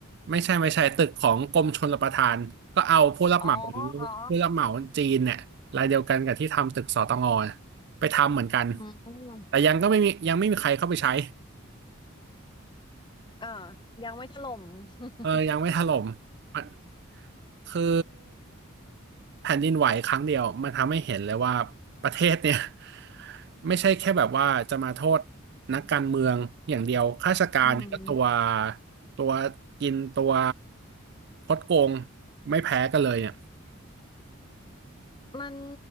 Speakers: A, on the right; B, on the left.
A: ไม่ใช่ไม่ใช่ตึกของกรมชลประทานก็เอาผู้รับเหมา
B: อ๋ออ๋อ
A: ผู้รับเหมาจีนเนี่ยรายเดียวกันกับที่ทำตึกสตงน่ะไปทำเหมือนกัน
B: อืม
A: แต่ยังก็ไม่มียังไม่มีใครเข้าไปใช้
B: อ่ายังไม่ถล่ม <laughs>
A: เออยังไม่ถล่มมันคือแผ่นดินไหวครั้งเดียวมันทำให้เห็นเลยว่าประเทศเนี่ย <laughs> ไม่ใช่แค่แบบว่าจะมาโทษนักการเมืองอย่างเดียวข้าราชการเนี่ยก็ตัว
B: อืม
A: ตัวกินตัวคดโกงไม่แพ้กันเลยเนี่ย
B: มัน